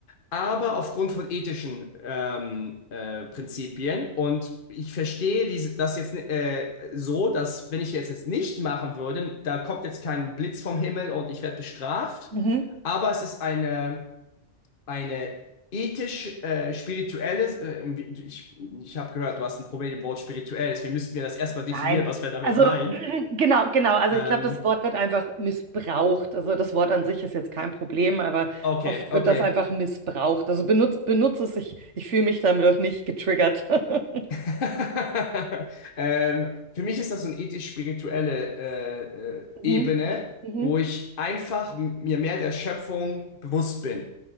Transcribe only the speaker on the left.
aber aufgrund von ethischen ähm, äh, Prinzipien. Und ich verstehe diese, das jetzt äh, so, dass wenn ich jetzt jetzt nicht machen würde, da kommt jetzt kein Blitz vom Himmel und ich werde bestraft.
Aber es ist eine, eine ethisch äh, spirituelle, äh, wie- ich, ich habe gehört, du hast ein Problem mit dem Wort spirituell, deswegen müssten wir das erstmal definieren,
was wir damit
meinen.
Ähm,
okay,
okay.
<laughs> Ähm, für mich ist das so eine ethisch-spirituelle äh, äh,
Ebene,
wo ich einfach m- mir mehr der Schöpfung bewusst bin.